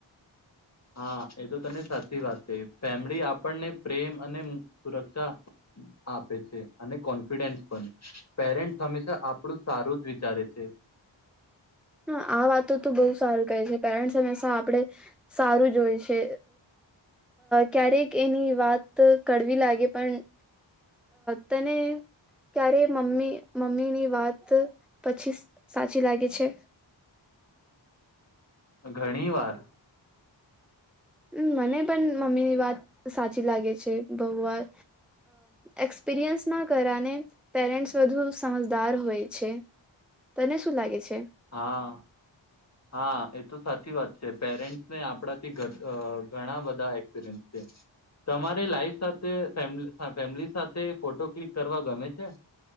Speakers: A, on the left; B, in the centre.
A: હા એ તો તને સાચી વાત કહી ફેમલી આપણને પ્રેમ અને સુરક્ષા આપે છે અને કોન્ફિડન્સ પણ પેરેન્ટ હંમેશા આપણું સારું જ વિચારે છે.
B: હા આ વાતો તો બહુ સારું કહે છે પેરેન્ટ્સ હમેશા આપણે સારું જોએ છે ક્યારેક એની વાત કડવી લાગે પણ તને ક્યારે મમ્મી મમ્મીની વાત પછી સાચી લાગે છે.
A: ઘણી વાર
B: મ મને પણ મમ્મીની વાત સાચી લાગે છે બહવાર એક્સપિરિયન્સ ના કરને પેરેન્ટસ વધુ સમજદાર હોય છે તને શું લાગે છે.
A: હા હા એ. તો સાચી વાત છે પેરેન્ટસને આપણાથી ઘણા બધા એક્સપિરિયન્સ છે તમારે લાઈફ સાથે ફેમિલી સાથે ફોટો ક્લિક કરવા ગમે છે.